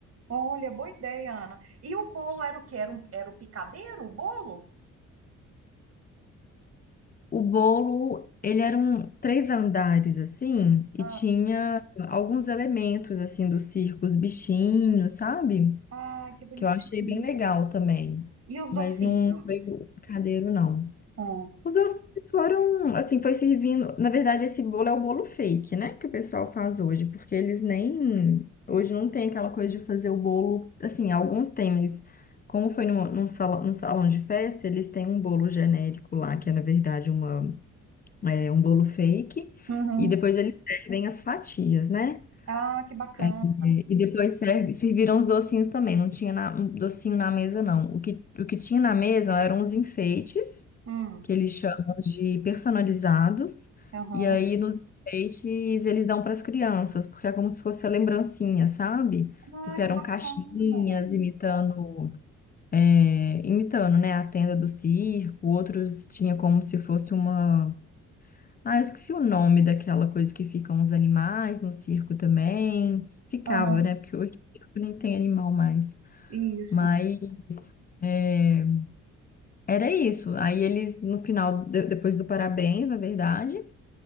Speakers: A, on the right; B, on the left.
A: Olha, boa ideia, Ana. E o bolo era o quê? Era, um, era o picadeiro, o bolo?
B: O bolo, ele era um três andares, assim, e
A: Ah,
B: tinha alguns elementos, assim, do circo, os bichinhos, sabe?
A: ai, que bonitinho.
B: Que eu achei bem legal também.
A: E os
B: Mas
A: docinhos?
B: não foi o picadeiro, não.
A: Hum,
B: Os doces foram, assim, foi servindo. Na verdade, esse bolo é o bolo fake, né? Que o pessoal faz hoje, porque eles nem. Hoje não tem aquela coisa de fazer o bolo. Assim, alguns têm, mas como foi num, num salão, num salão de festa, eles têm um bolo genérico lá, que é, na verdade, uma, é, um bolo fake.
A: uhum.
B: E depois eles servem as fatias, né?
A: Ah, que bacana.
B: É, E depois serve, serviram os docinhos também. Não tinha na- um docinho na mesa, não. O que, o que tinha na mesa eram os enfeites
A: Hum,
B: que eles chamam de personalizados.
A: uhum.
B: E aí, nos enfeites, eles dão para as crianças, porque é como se fosse a lembrancinha, sabe?
A: Ah,
B: Porque eram
A: que bacana.
B: caixinhas imitando, é, imitando, né, a tenda do circo, outros tinha como se fosse uma. Ah, eu esqueci o nome daquela coisa que ficam os animais no circo também. Ficava,
A: Uhum,
B: né? Porque hoje o circo nem tem animal mais.
A: isso.
B: Mas é, era isso. Aí eles, no final, de- depois do parabéns, na verdade.